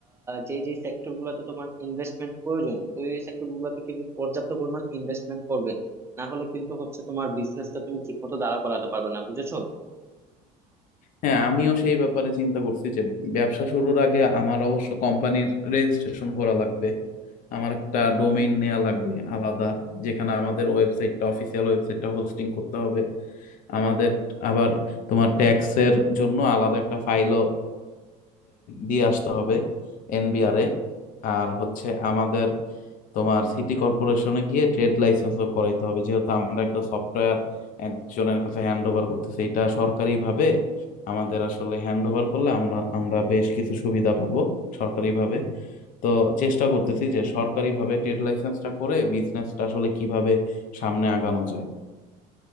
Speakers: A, on the right (about 15°); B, on the left (about 55°).
A: যে যে সেক্টর গুলোতে তোমার ইনভেস্টমেন্ট প্রয়োজন ওই সেক্টর গুলোতে কিন্তু পর্যাপ্ত পরিমাণ ইনভেস্টমেন্ট করবে না হলে কিন্তু হচ্ছে তোমার বিজনেসটা তুমি ঠিক মতো দাঁড়া করাতে পারবে না বুঝেছো
B: হ্যাঁ আমিও সেই ব্যাপারে চিন্তা করছি যে ব্যবসা শুরুর আগে আমার অবশ্য কোম্পানির রেজিস্ট্রেশন করা লাগবে আমার একটা ডোমেইন নেওয়া লাগবে আলাদা যেখানে আমাদের ওয়েবসাইটটা অফিসিয়াল ওয়েবসাইটটা হোস্টিং করতে হবে আমাদের আবার তোমার ট্যাক্সের জন্য আলাদা একটা ফাইলও দিয়ে আসতে হবে এনবিআরে আর হচ্ছে আমাদের তোমার সিটি কর্পোরেশনে গিয়ে ট্রেড লাইসেন্স করাইতে হবে যেহেতু আমরা একটা সফটওয়্যার একজনের কাছে হ্যান্ড ওভার করতেছি এটা সরকারি ভাবে আমাদের আসলে হ্যান্ড ওভার করলে আমরা আমরা বেশ কিছু সুবিধা পাবো সরকারি ভাবে তো চেষ্টা করতেছি যে সরকারি ভাবে ট্রেড লাইসেন্সটা করে বিজনেসটা আসলে কিভাবে সামনে আগানো যায়